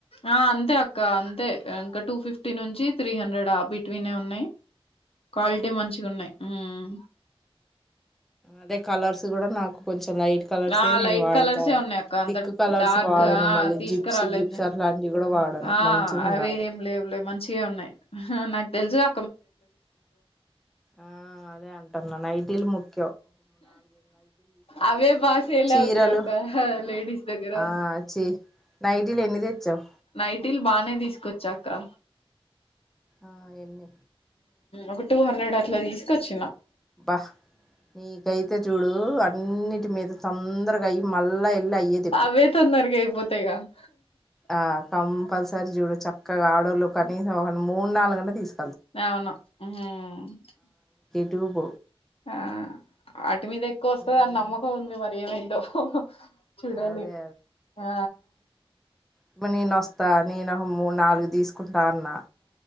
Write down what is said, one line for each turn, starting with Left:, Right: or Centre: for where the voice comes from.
Left: ఆ అంతే అక్క అంతే ఇంకా టూ ఫిఫ్టీ నుంచి త్రీ హండ్రెడ్ ఆ బిట్వీనే ఉన్నాయి క్వాలిటీ మంచిగా ఉన్నాయి ఉమ్
Centre: అదే కలర్స్ కూడా నాకు కొంచెం లైట్ కలర్సే
Left: ఆ
Centre: నేను
Left: లైట్
Centre: వాడతా
Left: కలర్సే ఉన్నయి అక్క అంత
Centre: థిక్ కలర్స్
Left: డార్క్
Centre: వాడను
Left: ఆ
Centre: మళ్ళీ
Left: తీసుకురాలేదు
Centre: జిప్స్ గిప్స్
Left: నేను
Centre: అట్లాంటివి కూడా వాడను
Left: ఆ
Centre: మంచిగా ఉండాలి
Left: అవి ఏం లేవులే మంచిగే ఉన్నాయి. నా తెల్సుగా
Centre: ఆ అదే అంటన్నా నైటీలు ముక్
Left: అవే బా సేల్స్
Centre: చీరలు
Left: అవుతయి అక్క లేడిస్ దగ్గరా
Centre: ఆ చి నైటీలు ఎన్ని తెచ్చావు
Left: నైటీల్ బానే తీసుకొచ్చా అక్కా
Centre: ఆ ఎన్ని?
Left: ఒక టూ హండ్రెడ్ అట్ల తీసుకొచ్
Centre: భ నీకైతే చూడు అన్నీ మీద తొందరగా అయి మళ్ళా వెళ్ళి అయ్యే తెప్పిస్తావు
Left: అవే తొందర్గా అయిపోతయిగా <inaudible>
Centre: ఆ కంపల్సరీ జూడు చక్కగా ఆడోళ్ళు కనీసం ఒక మూడు నాలుగన్న తీస్
Left: అవును హ్ మ్
Centre: టూబ్
Left: ఆ అ ఇట్ మీద ఎక్కువ వస్తదిని
Centre: ఉమ్,
Left: నమ్మకం ఉంది మరి ఏమై దో చూడాలి
Centre: అదే
Left: ఆ
Centre: ఇప్పుడ్ నేనొస్తా నేను మూడు నాలుగు తీస్ కుంట అన్న.